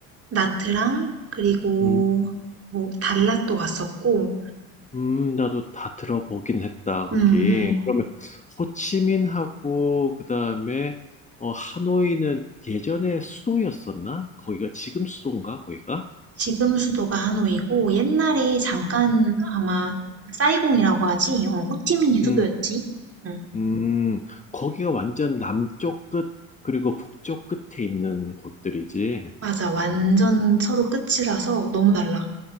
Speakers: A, on the right (about 35°); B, on the left (about 15°).
A: 나트랑 그리고
B: 음,
A: 뭐 달랏도 갔었고
B: 음, 나도 다 들어보긴 했다, 거기.
A: 응 응
B: 그러면 호치민하고 그다음에 어, 하노이는 예전에 수도였었나? 거기가 지금 수도인가, 거기가?
A: 지금 수도가 하노이고 옛날에 잠깐 아마 사이공이라고 하지? 어, 호치민이 수도였지?
B: 음,
A: 응.
B: 음, 거기가 완전 남쪽 끝, 그리고 북쪽 끝에 있는 곳들이지.
A: 맞아. 완전 서로 끝이라서 너무 달라.